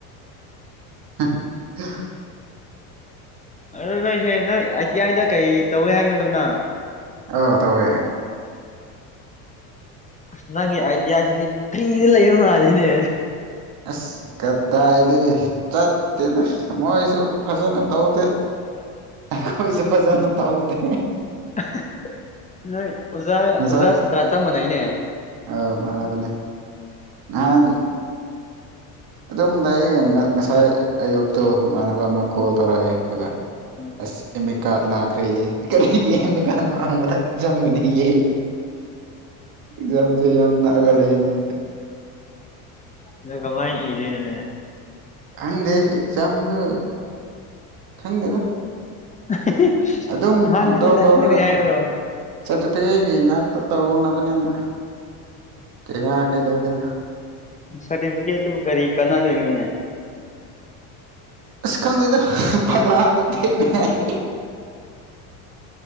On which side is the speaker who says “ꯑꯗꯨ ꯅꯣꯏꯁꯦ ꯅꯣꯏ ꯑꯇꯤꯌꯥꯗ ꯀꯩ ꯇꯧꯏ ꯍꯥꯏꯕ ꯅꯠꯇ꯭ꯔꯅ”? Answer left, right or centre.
Left